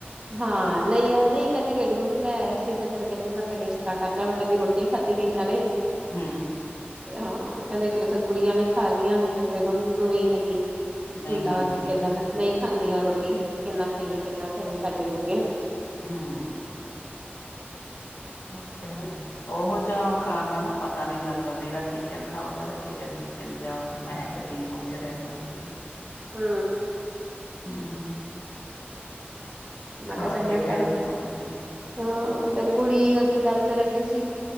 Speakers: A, on the right; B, on the left.
A: ਹਾਂ ਨਹੀਂ ਐ ਨਹੀਂ ਕਹਿੰਦੀ ਰੇਡੀਮੇਟ ਲੈ ਆਏ ਸੀ ਤੇ ਫਿਰ ਕਹਿੰਦੀ ਮੈਂ ਘਰੇ ਇਸ ਤਰ੍ਹਾਂ ਕਰਦਾ ਮੈਂ ਕਹਿੰਦੀ ਰੋਟੀ ਰ <unintelligible> ਖਾਤੀ ਗਈ ਨਾਲੇ
B: ਹਮ
A: ਹਾਂ ਕਹਿੰਦੇ ਚੱਲ ਫਿਰ ਕੁੜੀਆਂ ਵੀ ਖਾ ਲਈਆਂ ਨੇ ਤੇ ਫੇਰ ਇਹਨਾਂ ਨੂੰ ਵੀ ਕਹਿੰਦੀ
B: ਨਹੀਂ
A: ਹੁੰਦਾ
B: ਖਾਂਦੀਆਂ
A: ਵਾ ਕਿਨਾਂ ਨਹੀਂ ਖਾਂਦੀਆਂ ਰੋਟੀ ਕਿੰਨਾ ਖਾਈਏ ਕਿੰਨਾ ਖਾਈਏ ਕਰਦੀ ਹੋਣ ਗਈਆਂ
B: ਹੂੰ ਉਹ ਤੇ ਹੈ।
A: <unintelligible>
B: ਉਹੋ ਜਿਹਾ ਖਾਣ ਨਾਲ ਨਾ ਪਤਾ ਨੀ ਲੱਗਦਾ ਨਿਰਾ ਚਿਕਨ ਖਾਓ। ਉਹ ਚਿਕਨ ਚਿਕਨ ਜਾਂ ਮਹਿਕ ਜੀ ਮੂੰਹ 'ਚ ਰਹਿ ਜਾਂਦੀ
A: ਹੂੰ
B: ਹੂੰ, <unintelligible>
A: ਮ
B: ਖਾ
A: ਕਿਹਾ ਸਗ
B: ਕੇ
A: <unintelligible>
B: ਫੇਰ ਉੱਤੋਂ ਹੂੰ
A: ਹਾਂ ਫਿਰ ਕੁੜੀ ਉਹਦੀ ਗੱਲ ਕਰਨ ਡੀ ਸੀ